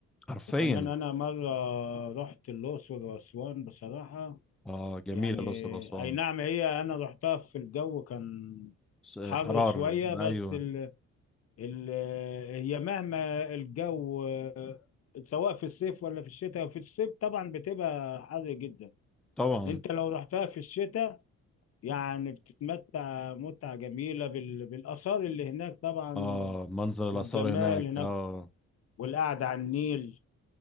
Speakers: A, in the centre; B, on the left.
A: حرفيا
B: وكمان أنا مرة رحت الأقصر وأسوان بصراحة
A: آه جميلة
B: يعني
A: الأقصر وأسوان
B: أي نعم هي أنا رحتها في الجو كان
A: س-
B: حر
A: حرار
B: شوية بس
A: أيوه
B: ال... ال... هي مهما الجو آه، سواء في الصيف ولا في الشتاء في الصيف طبعا بتبقى حر جدا
A: طبعا
B: انت لو رحتها في الشتاء يعني بتتمتع متعة جميلة بال... بالآثار اللي هناك طبعا
A: اه
B: و...
A: منظر الآثار
B: والجمال
A: هناك
B: هناك
A: اه
B: والقعدة على النيل